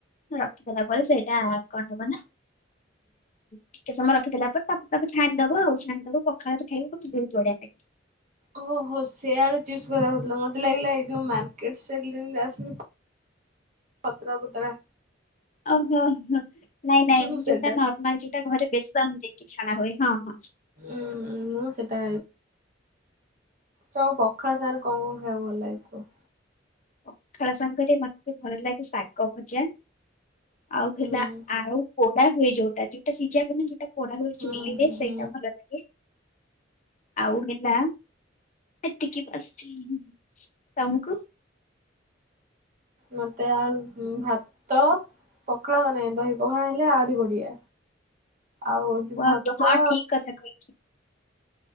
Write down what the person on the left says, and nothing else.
ରଖିଦେଲା ପରେ ସେଇଟା କଣ ହବ ନା ଟିକେ ସମୟ ର ଖି ଦେଲା ପରେ ତା ତାକୁ ଛାଣିଦବ ଆଉ ଛାଣିଦବ ପଖାଳରେ ଖାଇବ ବହୁତ୍ ବଢିଆ ଲାଗିବ।
ଓହୋ ହୋ ନାଇଁ
ନାଇଁ ମୁଁ
ଯୋଉଟା ନର୍ମାଲ ଯୋଉଟା ଘରେ ବେସନ ଦେଇକି ଛଣା ହୁଏ ହଁ ହଁ।
ପଖାଳ ସାଙ୍ଗରେ ମତେ ଭଲ ଲାଗେ ଶାଗ ଭଜା। ଆଉ ହେଲା
ଆଉ ପୋଡା ହୁଏ ଯୋଉଟା ଯୋଉଟା ଯ ମ ଯୋଉଟା ପୋଡା ହୁଏ
ଚୁଲିରେ
ସେଇଟା ଭଲ ଲାଗେ। ଆଉ ହେଲା ଏତିକି ବସି ତମକୁ
ୱାଓ,
ତ ହଁ ଠିକ କଥା କହିଛ।